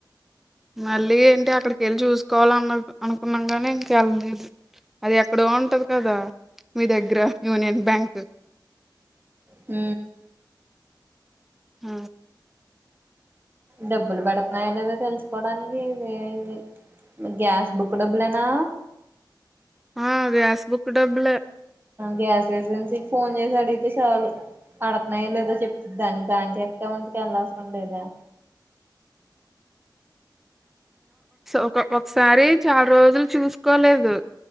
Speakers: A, in the centre; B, on the right.
A: మళ్ళీ ఏంటి అక్కడికి వెళ్ళి చూసుకోవాలన్న అనుకున్నాం నీ ఇంకెళ్ళలేదు అది ఎక్కడో ఉంటది కదా మీ దగ్గర యూనియన్ బ్యాంక్
B: ఆ
A: హ
B: డబ్బులు పడుతున్నాయా లేదా తెలుసుకోవడానికి ఇది ఇది గ్యాస్ బుక్ డబ్బులనా
A: ఆ గ్యాస్ బుక్ డబ్బులు
B: గ్యాస్ ఏజెసకి ఫోన్ చేసడితే చాల పాడుతున్నాయ లేదో చెప్తు దాని బ్యాంక్ అకౌంట్ క వెళ్ళ అవసరం లేదా
A: ఒక ఒకసారి చాలా రోజులు చూసుకోలేదు